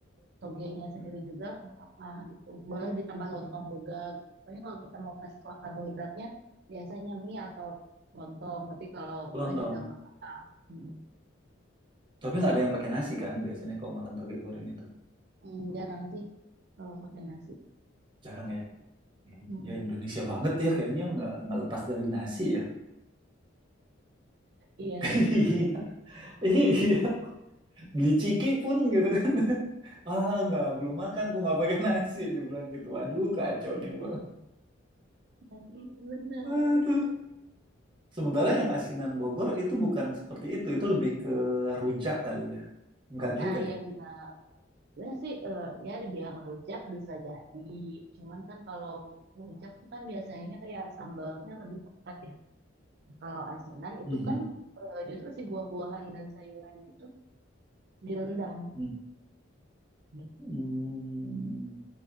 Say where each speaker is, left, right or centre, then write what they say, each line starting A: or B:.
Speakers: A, on the right; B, on the right.
A: togenya sendiri juga nggak apa gitu. Boleh ditambah lontong juga gitu. Pokoknya kalau kita mau kasih kuah karbohidratnya biasanya mie atau lontong, tapi kalau enggak
B: lontong.
A: juga nggak apa-apa. Mm,
B: Tapi nggak ada yang pakai nasi kan biasanya kalau makan toge goreng itu
A: mm, jarang sih kalau pakai nasi.
B: jarang ya.
A: Mm,
B: Iya
A: mm.
B: Indonesia banget ya kayaknya nggak nggak lepas dari nasi ya.
A: Iya
B: <laughs>
A: lagi.
B: Iya iya beli ciki pun gitu kan <laughs> ah nggak belum makan kok nggak pakai nasi dibilang gitu waduh kacau nih bilang
A: Nah, iya benar.
B: aduh sementara yang asinan Bogor itu bukan seperti itu itu lebih ke rujak kali ya nggak
A: Nah,
B: juga
A: ya
B: ya
A: Dina. Sebenarnya sih eh, dia dibilang rujak bisa jadi. Cuman kan kalau rujak tuh kan biasanya kayak sambalnya lebih pekat ya. Kalau asinan itu
B: Mhm.
A: kan eh, justru si buah-buahan dan sayurannya itu direndam
B: Mhm.
A: gitu.
B: Hmm.